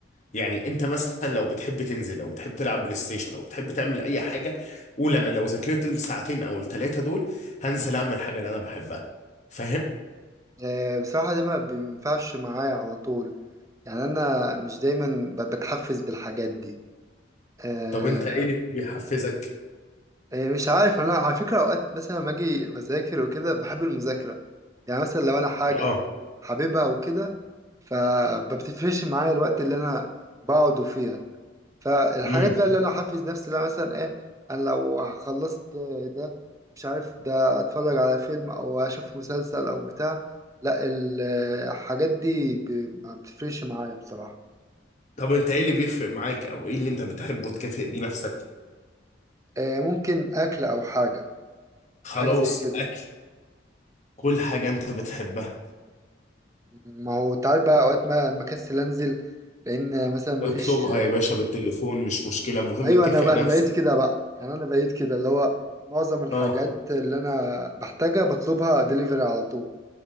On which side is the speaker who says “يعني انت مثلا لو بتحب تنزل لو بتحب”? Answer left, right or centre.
Left